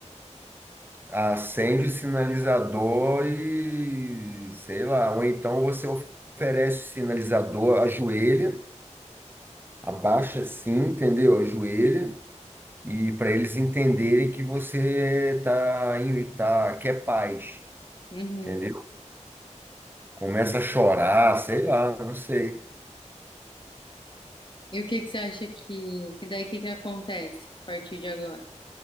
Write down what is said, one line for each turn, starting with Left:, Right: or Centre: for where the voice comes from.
Right: acende o sinalizador e sei lá. Ou então você oferece o sinalizador, ajoelha, abaixa assim, entendeu? Ajoelha e para eles entenderem que você tá, em- tá quer paz,
Left: Uhum.
Right: entendeu? Começa a chorar, sei lá, não sei.
Left: E o que que você acha que, e daí o que que acontece a partir de agora?